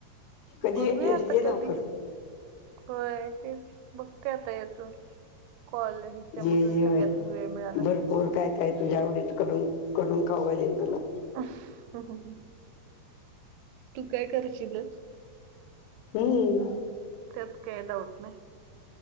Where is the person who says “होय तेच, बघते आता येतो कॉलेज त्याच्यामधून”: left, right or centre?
Right